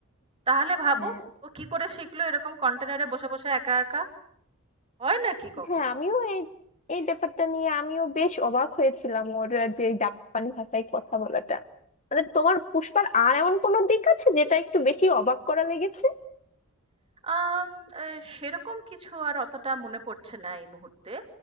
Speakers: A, on the right (about 25°); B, on the left (about 30°).
A: তাহলে ভাবো
B: হ্যাঁ
A: ও কি করে শিখলো এরকম কন্টেনারে বসে বসে একা একা হয় নাকি কখনো
B: হ্যাঁ আমিও এই এই ব্যাপারটা নিয়ে আমিও বেশ অবাক হয়েছিলাম ওর যে জাপানি ভাষায় কথা বলাটা মানে তোমার পুষ্পার আর এমন কোনো দিক আছে যেটা একটু বেশি অবাক করা লেগেছে
A: আম আ সেরকম কিছু আর অতটা মনে পড়ছে না এই মুহূর্তে।